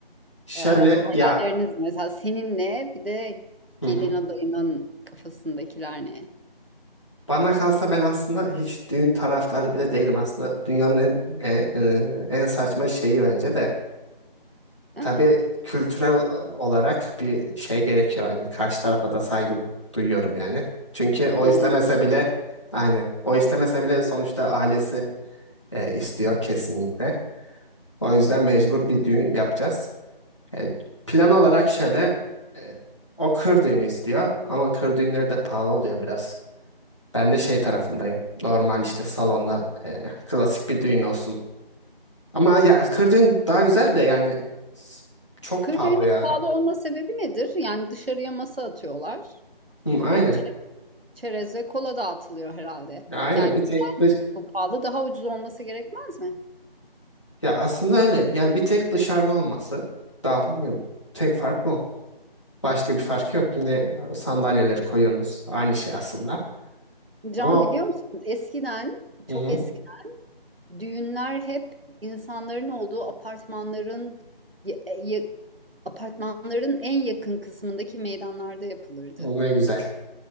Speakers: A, on the left; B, on the right.
A: Şöyle
B: Ee, hayalleriniz
A: ya
B: mesela senin ne? Bir de
A: Hı
B: gelin
A: hı.
B: adayının kafasındakiler ne?
A: bana kalsa ben aslında hiç düğün taraftarı bile değilim aslında. Dünyanın en, e, e, en saçma şeyi bence de.
B: <laughs>
A: Tabii kültürel e, olarak bir şey gerekiyor. Hani karşı tarafa da saygı duyuyorum yani. Çünkü o
B: Gelenek.
A: istemese bile aynen o istemese bile sonuçta ailesi e, istiyor kesinlikle. O yüzden mecbur bir düğün yapacağız. E, plan olarak şöyle e, o kır düğünü istiyor ama kır düğünleri de pahalı oluyor biraz. Ben de şey tarafındayım. Normal işte salonda e, klasik bir düğün olsun. Ama ya kır düğün daha güzel de yani s- çok
B: Kır
A: pahalı
B: düğünü
A: ya.
B: pahalı olma sebebi nedir? Yani dışarıya masa atıyorlar.
A: Hı, aynen.
B: Ee, çe- çerez ve kola dağıtılıyor herhalde.
A: Ya aynen
B: Yani
A: bir tek
B: neden
A: dış
B: bu pahalı daha ucuz olması gerekmez mi?
A: ya aslında öyle. Yani bir tek dışarıda olması daha ya, tek fark bu. Başka bir fark yok. Yine sandalyeleri koyuyorsunuz. Aynı şey aslında.
B: Can
A: Ama
B: biliyor musun? Eskiden,
A: Hı
B: çok
A: hı.
B: eskiden düğünler hep insanların olduğu apartmanların ya- ya- apartmanların en yakın kısmındaki meydanlarda yapılırdı.
A: O ne güzel.